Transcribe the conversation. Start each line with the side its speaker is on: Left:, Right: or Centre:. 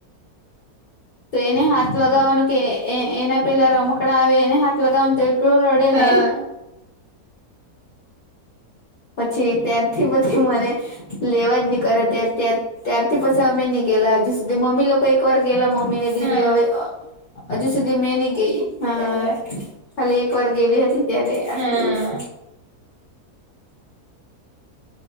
Left: તો એને હાથ લગાવવાનું કે એના પેલા રમકડા આવે એને હાથ લગાવવાનું તો મલૂરોડે
Right: હા
Left: ને પછી ત્યારથી પછી મને લેવા નહી ત્યારે તં ત્યારથી પછી અમે નહી ગેલા હજી સુધી મમ્મી લોકો એક વાર ગેલા મમ્મી ને દીદી
Right: હા
Left: હવે હજ સુધી મેનની ગઈ હા
Right: બરાબર
Left: ખાલી એક વાર ગેલી હતી ત્યારે આટલું
Right: હા
Left: જ